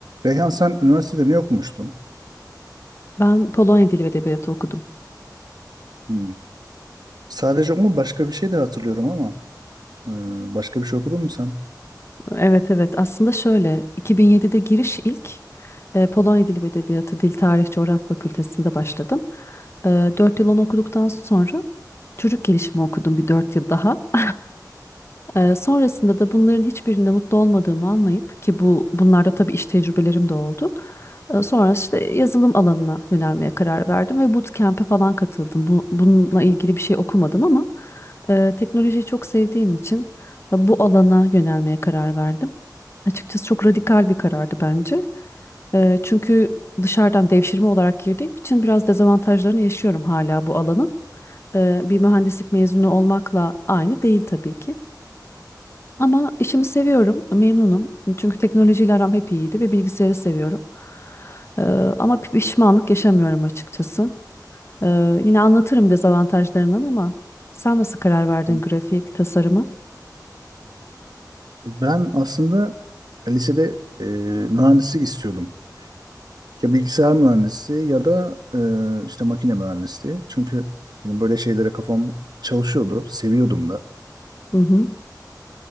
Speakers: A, on the right; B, on the left.
A: Reyhan sen üniversitede ne okumuştun?
B: Ben Polonya Dili ve Edebiyatı okudum.
A: Hmm. Sadece o mu başka bir şey de hatırlıyorum ama e, başka bir şey okudun mu sen?
B: Evet evet aslında şöyle 2007'de giriş ilk e, Polonya Dili ve Edebiyatı Dil Tarih Coğrafya Fakültesinde başladım. E, 4 yıl onu okuduktan sonra çocuk gelişimi okudum bir 4 yıl daha. <laughs> E, sonrasında da bunların hiçbirinde mutlu olmadığımı anlayıp ki bu bunlarda tabii iş tecrübelerim de oldu. E, sonra işte yazılım alanına yönelmeye karar verdim ve bootcamp'e falan katıldım. Bu, bununla ilgili bir şey okumadım ama e, teknolojiyi çok sevdiğim için bu alana yönelmeye karar verdim. Açıkçası çok radikal bir karardı bence. Eee, çünkü dışarıdan devşirme olarak girdiğim için biraz dezavantajlarını yaşıyorum hala bu alanın. Eee, bir mühendislik mezunu olmakla aynı değil tabii ki. Ama işimi seviyorum, memnunum. Çünkü teknolojiyle aram hep iyiydi ve bilgisayarı seviyorum. Eee, ama pişmanlık yaşamıyorum açıkçası. Ee, yine anlatırım dezavantajlarından ama sen nasıl karar verdin
A: Hmm.
B: grafik tasarıma?
A: Ben aslında lisede e, mühendislik istiyordum. Ya bilgisayar mühendisliği ya da e, işte makine mühendisliği. Çünkü benim böyle şeylere kafam çalışıyordu, seviyordum da.
B: Hı hı.